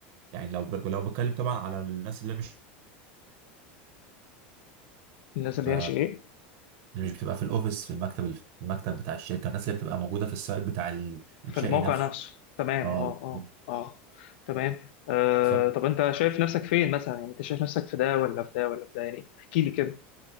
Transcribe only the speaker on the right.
يعني لو ب... لو بتكلم طبعا على الناس اللي مش
ف
اللي مش بتبقى في الأوفيس في المكتب الف- المكتب بتاع الشركة الناس اللي بتبقى موجودة في السايت بتاع الإنشائي
نفسه
اه
بالظبط.
ف...